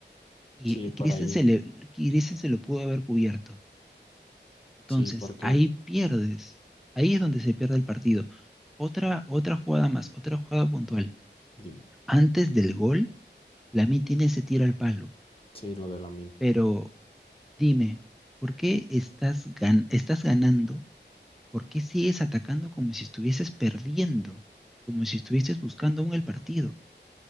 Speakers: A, in the centre; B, on the left (about 30°).
A: y
B: sí,
A: Christensen,
B: por ahí.
A: le- Christensen lo pudo haber cubierto. Entonces,
B: Sí, porque.
A: ahí pierdes. Ahí es donde se pierde el partido. Otra, otra jugada más, otra jugada puntual.
B: Dime.
A: Antes del gol, Lamine tiene ese tiro al palo.
B: Sí, lo de Lamine.
A: Pero dime, ¿por qué estás, gan- estás ganando? ¿Por qué sigues atacando como si estuvieses perdiendo? Como si estuvieses buscando aún el partido.